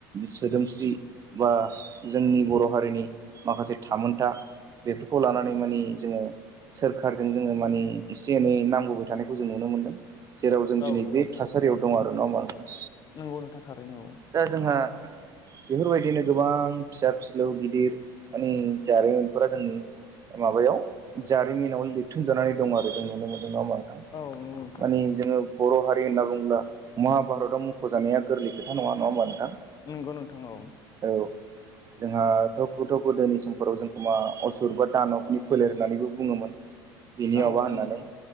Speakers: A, on the right; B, on the left.
A: सोदोमस्रि बा जोंनि बर' हारिनि माखासे थामोनथा बेफोरखौ लानानै माने जोङो सोरखारजों जोङो मानि एसे एनै नांबोबाय थानायखौ जों नुनो मोनदों। जेराव जों
B: औ
A: दिनै
B: नंगौ
A: बे
B: नोंथां
A: थासारियाव दं आरो नङा होमबा?
B: नंगौ नोंथां थारैनो औ।
A: दा जोंहा बेफोरबायदिनो गोबां फिसा फिलौ गिदिर माने जारिमिनफोरा जोंनि माबायाव जारिमिनाव लिरथुमजानानै दं आरो जों नुनो मोनदों नङा होनबा
B: औ औ नंगौ नोंथां
A: माने जोङो बर' हारि होनना बुङोब्ला महाभारतआव मख'जानाया गोरलै खोथा नङा नङा होमबा नोंथां।
B: नंगौ नोंथां औ
A: औ जोंहा थ' गोदोनि समफोराव जोंखौ मा असुर बा दानबनि फोलेर होननानैबो बुङोमोन। बिनि
B: औ
A: माबा
B: नंगौ
A: होननानै
B: नोंथां